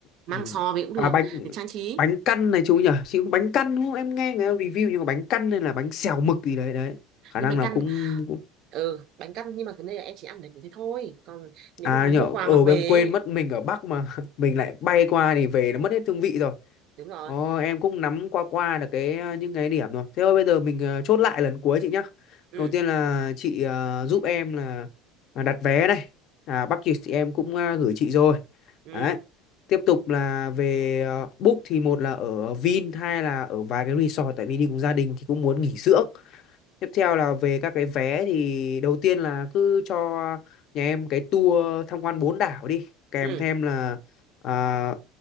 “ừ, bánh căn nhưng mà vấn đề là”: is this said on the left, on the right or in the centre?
Right